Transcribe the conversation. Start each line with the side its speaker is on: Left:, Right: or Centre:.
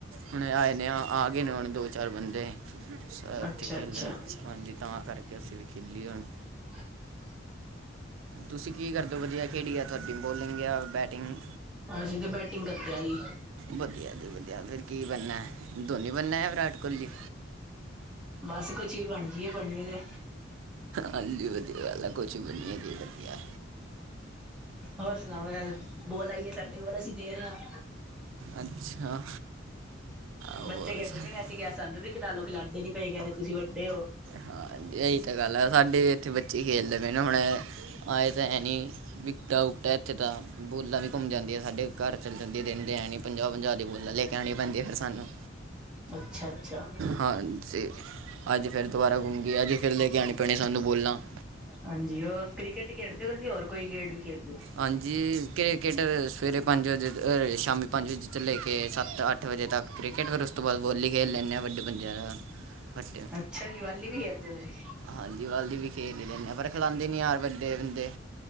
Right: ਹੁਣ ਆਏ ਨੇ। ਆ ਗਏ ਨੇ ਹੁਣ ਦੋ। ਚਾਰ ਬੰਦੇ ਐਥੇ
Centre: ਅੱਛਾ
Right: ਖੇਲਣੈ।
Centre: ਅੱਛਾ
Right: ਹਾਂਜੀ, ਤਾਂ ਕਰਕੇ ਅਸੀਂ ਵੀ ਖੇਲੀਏ ਹੁਨ।
Centre: <inaudible>
Right: ਤੁਸੀਂ ਕੀ ਕਰਦੇ ਓ? ਵਧੀਆ। ਕੇੜੀ ਆ ਤੁਹਾਡੀ, ਬੋਲਿੰਗ ਯਾਂ ਬੈਟਿੰਗ?
Centre: ਅਸੀਂ ਤੇ ਬੈਟਿੰਗ ਕਰਦੇ ਹਾਂ ਜੀ
Right: ਵਧੀਆ ਜੀ, ਵਧੀਆ। ਫਿਰ ਕੀ ਬਣਨੈ? ਧੋਨੀ ਬਣਨਾ ਯ ਵਿਰਾਟ ਕੋਹਲੀ?
Centre: ਬਸ ਕੁਛ ਵੀ ਬਣ ਜੀ ਏ, ਬਣੀਏ ਤੇ।
Right: ਹਾਂਜੀ, ਵਧੀਆ ਗੱਲ ਹੈ। ਕੁਛ ਵੀ ਬਨੀਏ ਅੱਗੇ ਵਧੀਆ।
Centre: ਹੋਰ ਸੁਣਾਓ, ਯਾਰ। ਬੋਲ ਆਈਏ ਸਾਡੇ? ਬੋਲ, ਅਸੀਂ ਦੇ ਰਹੇ ਹਾਂ।
Right: ਅੱਛਾ। ਉਹ
Centre: ਬੱਚੇ ਖੇਡਦੇ
Right: ਸਾ-
Centre: ਪੇ ਨ, ਅਸੀਂ ਕਿਹਾ, ਸਾਨੂੰ ਵੀ ਖਿਲਾਲੋ, ਖਿਲਾਂਦੇ ਨੀ ਪਏ ਕੈਂਦੇ, ਤੁਸੀਂੱਵਡੇ ਹੋ।
Right: ਹਾਂ, ਇਹੀ ਤਾਂ ਗੱਲ ਆ। ਸਾਡੇ ਵੀ ਇੱਥੇ ਬੱਚੇ ਹੀ ਖੇਲਦੇ। ਮਵੇਨੂੰ ਹੁਣ ਆਏ ਤਾਂ ਹੈ ਨਹੀਂ, ਵਿਕਟਾ- ਉਕਟਾ ਇੱਥੇ ਤਾਂ ਬੋਲਾਂ ਵੀ ਘੁੰਮ ਜਾਂਦੀ ਹੈ। ਸਾਡੇ ਘਰ ਚੱਲ ਜਾਂਦੀ ਦਿੰ ਦੇ ਹੈਨੀ ਪੰਜਾਹ, ਪੰਜਾ ਦੀ ਬੋਲਾ ਲੈ ਕੇ ਆਣੀ ਪੈਂਦੀ, ਫਿਰ ਸਾਨੂੰ।
Centre: ਅੱਛਾ, ਅੱਛਾ।
Right: ਹਾਂ ਜੀ ਅੱਜ ਫਿਰ ਦੁਬਾਰਾ ਗੁੰਮ ਗਿਆ, ਅਜ ਫਿਰ ਲੈ ਕੇ ਆਣੀ ਪੈਣੀ ਸਾਨੂੰ ਬੋਲਾ।
Centre: ਹਾਂਜੀ, ਉਹ ਕ੍ਰਿਕਟ ਹੀ ਖੇਡਦੇ ਕਲੀ, ਉਹ ਹੋਰ ਕੋਈ ਗੇਟ ਵੀ ਖੇਡਦੇ?
Right: ਹਾਂਜੀ, ਕ੍ਰਿਕਟ ਸਵੇਰੇ ਪੰਜ ਵਜੇ, ਸ਼ਾਮੀ ਪੰਜ ਵਜੇ, ਤੋਂ ਲੈ ਕੇ ਸੱਤ- ਅੱਠ ਅੱਠ ਵਜੇ ਤੱਕ ਕ੍ਰਿਕਟ, ਫਿਰ ਉਸ ਤੋਂ ਬਾਅਦ ਬੋਲੀ ਖੇਡ ਲੈਂਦੇ ਹਾਂ, ਵੱਡੇ ਬੰ ਆਂ ਦਾ ਫੱ
Centre: ਅੱਛਾ, ਜੀਵਾਲੀ ਵੀ ਖੇਡਦੇ ਹੋ ਤੁਸੀਂ?
Right: ਹਾਂਜੀ, ਵਾਲਦੀ ਵੀ ਖੇਲ ਹੀ ਲੈਂਦੇ ਹਾਂ, ਪਰ ਖਲਾਾਂਂਦੇ ਨੀ ਯਾਰ ਵੱਡੇ ਬੰਦੇ